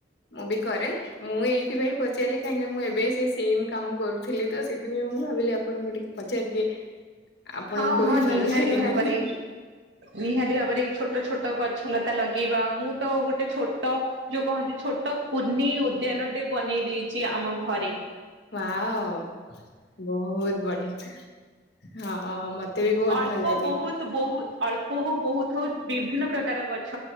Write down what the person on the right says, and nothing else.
ହଁ ହଁ
ନିହାତି
ଭାବରେ
ନିହାତି ଭାବରେ ଛୋଟ ଛୋଟ ତ ଗଛ ଲତା ଲଗେଇବା ମୁଁ ତ ଗୋଟେ ଛୋଟ ଯୋଉ କହନ୍ତି ଛୋଟ କୁନି ଉଦ୍ୟାନଟେ ବନେଇ ଦେଇେଇଛି ଆମ ଘରେ।
ଅଳ୍ପ
ବହୁତ ବହୁତ ଅଳ ବହୁତ ହଉ ବିଭିନ୍ନ ପ୍ରକାର ଗଛ।